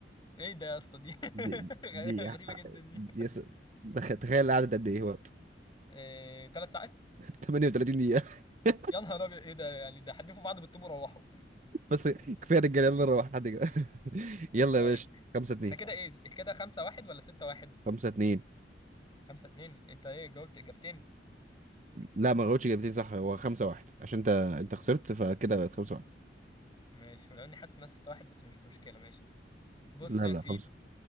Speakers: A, on the left (about 25°); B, on the right (about 40°).
A: ايه ده يا اسطى دي
B: دي
A: <laughs>
B: دي,
A: غريبه جدا دي
B: دي... يس... دخ... تخيل قعدت قد ايه وقت
A: إيه... ثلاث ساعات
B: <laughs> 38 دقيقه
A: يا
B: <laughs>
A: نهار ابيض ايه ده يعني ده حدفوا بعض بالطوب وروحوا
B: بس كفايه رجاله يلا نروح لحد كده <laughs>
A: <laughs>
B: يلا
A: طيب
B: يا باشا 5 2
A: احنا كده ايه كده خمسة واحد ولا ستة واحد
B: 5 2
A: خمسة اتنين انت ايه جاوبت اجابتين
B: لا ما جاوبتش اجابتين صح هو خمسة واحد عشان انت انت خسرت فكده بقت خمسة واحد
A: ماشي ولو اني حاسس انها ستة واحد بس مش مشكلة ماشي بص
B: لا
A: يا
B: لا
A: سيدي
B: خمسة